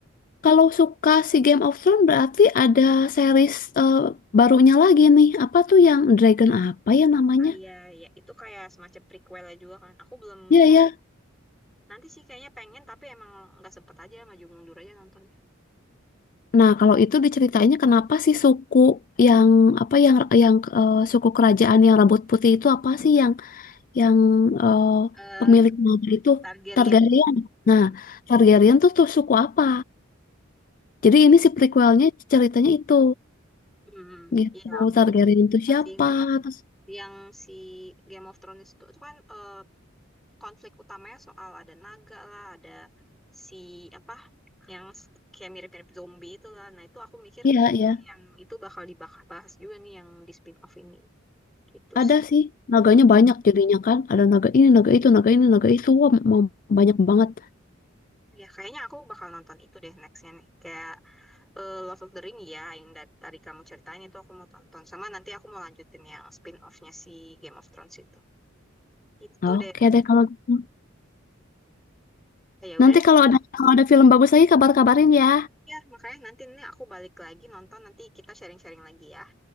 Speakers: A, on the left; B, in the centre.
A: kalau suka si Game of Thrones berarti ada series eh, barunya lagi nih. Apa tuh yang Dragon apa ya namanya?
B: ah iya ya itu kayak semacam prequelnya juga kan aku belum
A: Iya ya.
B: nanti sih kayaknya pengen tapi emang nggak sempet aja maju mundur aja nontonnya
A: Nah, kalau itu diceritainnya kenapa sih suku yang apa yang yang eh, suku kerajaan yang rambut putih itu apa sih yang yang eh,
B: eh
A: pemilik nama itu
B: Targaryen
A: Targaryen.
B: Mm-mm.
A: Nah, Targaryen tuh tuh suku apa? Jadi ini si prequelnya ceritanya itu
B: Mm-mm.
A: gitu.
B: ya aku
A: Targaryen itu
B: ingat
A: siapa?
B: sih memang
A: Terus
B: yang si Game of Thrones itu, itu kan eh, konflik utamanya soal ada naga lah, ada si apa yang s- kayak mirip-mirip zombie itu lah. Nah, itu aku mikir
A: iya ya.
B: ini yang itu bakal dibahas juga nih yang di spin-off ini. Gitu
A: Ada
B: sih.
A: sih,
B: Mm-mm.
A: naganya banyak jadinya kan. Ada naga ini, naga itu, naga ini, naga itu. Wah, mau banyak banget.
B: Ya, kayaknya aku bakal nonton itu deh nextnya nih. Kayak eh, Love of the Ring ya, yang da- tadi kamu ceritain itu aku mau tonton. Sama nanti aku mau lanjutin yang spin-off-nya si Game of Thrones itu. Itu
A: Oke
B: deh.
A: deh kalau gitu.
B: Ya udah
A: Nanti
B: deh.
A: kalau ada kalau ada film bagus lagi kabar-kabarin ya.
B: Ya, makanya nanti ini aku balik lagi nonton, nanti kita sharing-sharing lagi ya.